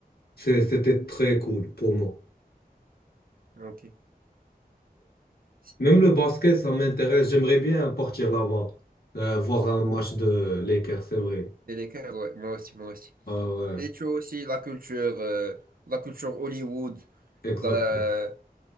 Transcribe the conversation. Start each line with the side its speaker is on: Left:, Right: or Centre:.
Left: C'est- C'était très cool pour moi.
Right: Ok. Si,
Left: Même le basket, ça m'intéresse. J'aimerais bien partir là-bas, euh, voir un match de Lakers, c'est vrai.
Right: Des Lakers, ouais, moi aussi, moi aussi.
Left: Ah ouais,
Right: Et tu as aussi la culture, euh, la culture Hollywood,
Left: exactement.
Right: la-